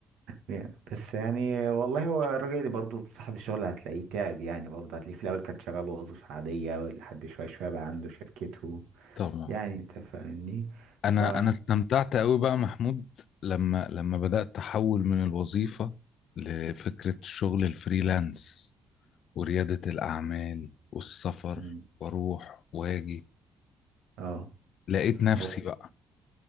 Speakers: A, on the right; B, on the left.
A: يا- بس يعني والله هو الراجل اللي برضه صاحب الشغل هتلاقيه تعب يعني برضه هتلاقيه في الاول كان شغال وظيفة عادية ولحد شوية شوية بقى عنده شركته
B: طبعا
A: يعني انت فاهمني
B: انا
A: ف
B: انا استمتعت قوي بقى محمود لما لما بدات احول من الوظيفه لفكره الشغل الفريلانس ورياده الاعمال والسفر
A: مم.
B: واروح واجي
A: اه
B: لقيت نفسي
A: هو
B: بقى